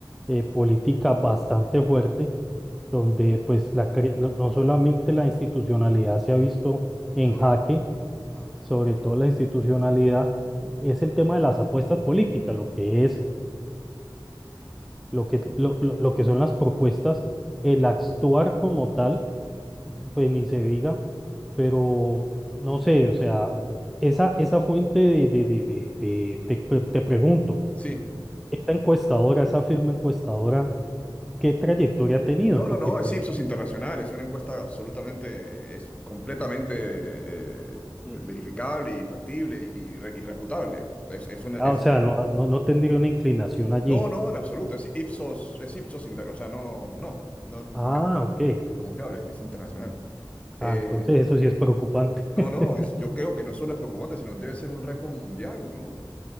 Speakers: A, in the centre; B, on the left (about 15°).
A: eh, política bastante fuerte, donde pues la, cre- no no solamente la institucionalidad se ha visto en
B: sobre
A: jaque,
B: todo. Ajá.
A: sobre todo la institucionalidad, eh, es el tema de las apuestas políticas, lo que es lo que, lo, lo- lo que son las propuestas, el actuar como tal, pues ni se diga, pero no sé, o sea, esa, esa fuente de, de, de, de, de- te, pre- te pregunto,
B: Sí,
A: esa encuestadora, esa firma encuestadora, ¿qué trayectoria ha tenido?
B: No,
A: Porque
B: no, no,
A: pues,
B: es Ipsos Internacional, es una encuesta absolutamente, es completamente eh,
A: eh,
B: verificable y factible y, re- y reputable. Entonces es una,
A: ah,
B: es,
A: o sea, no, no, no tendría una inclinación allí.
B: no, no, en absoluto, es Ipsos, es Ipsos Internacional, o sea, no, no, no,
A: Ah,
B: es, es-
A: ok.
B: es muy confiable, es, es internacional.
A: Ah,
B: Eh,
A: entonces eso sí es preocupante.
B: no,
A: <laughs>
B: no, es, yo creo que no solo es preocupante, sino debe ser un récord mundial, ¿no?